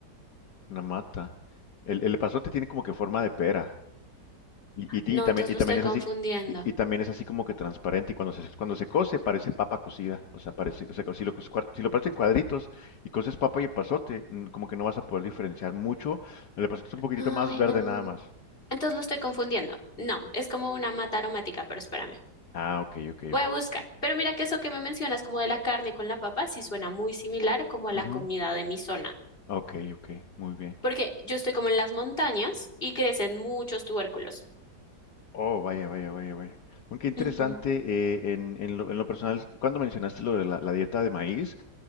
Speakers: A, on the left; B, on the left.
A: una mata. El, el epazote tiene como que forma de pera, Y, y-
B: No,
A: y también,
B: entonces
A: y
B: lo
A: también
B: estoy
A: es
B: confundiendo.
A: así, y, y también es así como que transparente. Y cuando se, cuando se cose, parece papa cocida. O sea, parece, o sea, si lo, cos- cuar- si lo partes en cuadritos y coces papa y epazote, mm, como que no vas a poder diferenciar mucho. El epazote es un poquitito
B: Ay,
A: más verde
B: no.
A: nada más.
B: Entonces lo estoy confundiendo. No, es como una mata aromática, pero espérame.
A: Ah, ok, ok,
B: Voy
A: ok.
B: a buscar. Pero mira que eso que me mencionas como de la carne con la papa sí suena muy similar como a la
A: Ujú,
B: comida de mi zona.
A: Ok, ok, muy bien.
B: Porque yo estoy como en las montañas y crecen muchos tubérculos.
A: Oh, vaya, vaya, vaya, vaya. Bueno, qué interesante.
B: Ujú,
A: eh, en, en lo, en lo personal, cuando mencionaste lo de la, la dieta de maíz,